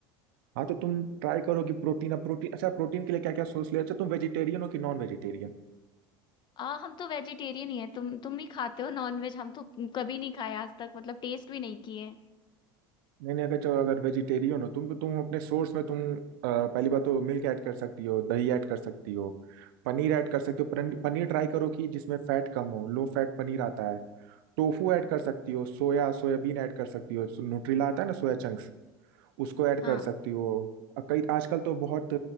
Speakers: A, on the right; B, on the left.
A: हाँ तो तुम ट्राई करो कि प्रोटीन अब प्रोटीन अच्छा प्रोटीन के लिए क्या क्या सोर्स ले अच्छा तुम वेजिटेरियन हो कि नॉन वेजिटेरियन
B: आ, हम तो वेजिटेरियन ही है तुम तुम ही खाते हो नॉनवेज हम तो कभी नहीं खाया आज तक मतलब टेस्ट भी नहीं किए
A: नहीं नहीं अगर चलो अगर वेजिटेरियन हो तुम तो तुम अपने सोर्स में तुम अ, पहली बात तो मिल्क ऐड कर सकती हो दही ऐड कर सकती हो पनीर ऐड कर सकते हो पनीर, पनीर ट्राई करो कि जिसमें फैट कम हो लो फैट पनीर आता है टोफू ऐड कर सकती हो सोया सोयाबीन ऐड कर सकती हो न्यूट्रिला आता है ना सोया चंक्स उसको ऐड
B: हाँ
A: कर सकती हो अ, कई आजकल तो बहुत